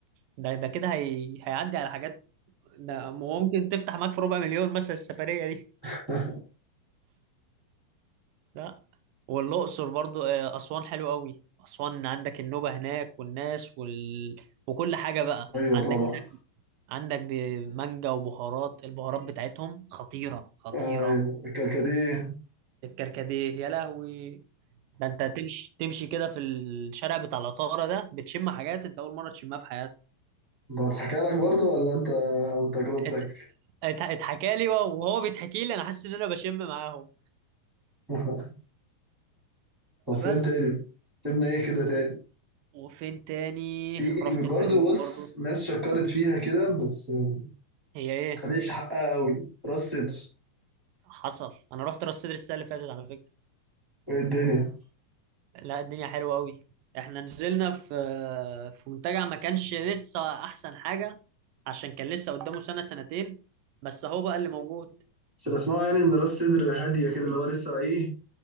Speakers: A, on the right (about 75°); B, in the centre.
A: ده ده كده هي... هيعدي على حاجات ده ممكن تفتح معاك في ربع مليون مثلا السفرية
B: <laughs>
A: لا والأقصر برضو آه، أسوان حلو قوي أسوان عندك النوبة هناك والناس وال... وكل حاجة بقى
B: ايوه
A: عندك
B: طبعا
A: عندك ب- مانجا وبهارات البهارات بتاعتهم خطيرة خطيرة
B: ايوه الكركديه
A: الكركديه يا لهوي ده انت تمشي تمشي كده في الشارع بتاع العطارة ده بتشم حاجات انت أول مرة تشمها في حياتك
B: ده اتحكى لك برضو ولا انت من تجربتك
A: ات- ات- اتحكى لي بقى وهو بيتحكي لي أنا حاسس إن أنا بشم معاهم
B: <laughs> طب فين
A: بس
B: تاني سيبنا ايه كده تاني
A: وفين تاني
B: في
A: رحت
B: برضو
A: الفيوم
B: بص
A: برضو
B: ناس شكرت فيها كده بس ما
A: هي ايه
B: خدتش حقها قوي راس صدر
A: حصل انا رحت راس سدر السنه اللي فاتت على فكره
B: ايه الدنيا
A: لا الدنيا حلوه قوي احنا نزلنا في في منتجع ما كانش لسه احسن حاجه عشان كان لسه قدامه سنه سنتين بس هو بقى اللي موجود
B: بس اللي اسمعه يعني ان راس صدر هادية كده اللي هو لسه ايه